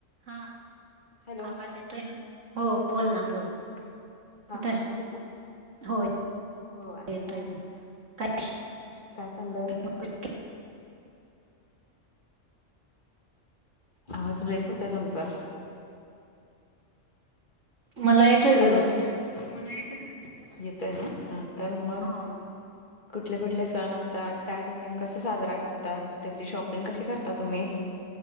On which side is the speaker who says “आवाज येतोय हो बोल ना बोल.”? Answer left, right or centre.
Right